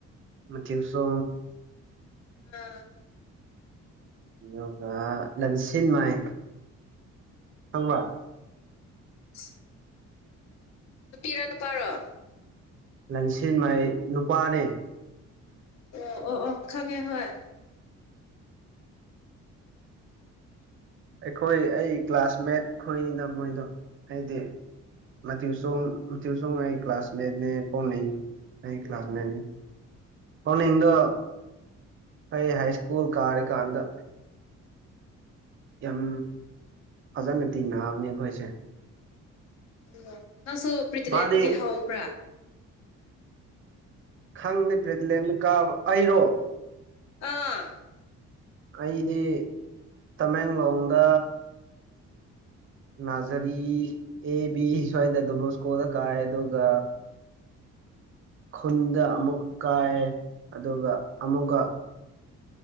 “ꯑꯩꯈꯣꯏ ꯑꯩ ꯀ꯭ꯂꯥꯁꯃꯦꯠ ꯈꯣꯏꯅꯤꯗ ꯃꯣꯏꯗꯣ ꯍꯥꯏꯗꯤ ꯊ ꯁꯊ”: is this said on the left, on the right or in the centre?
Right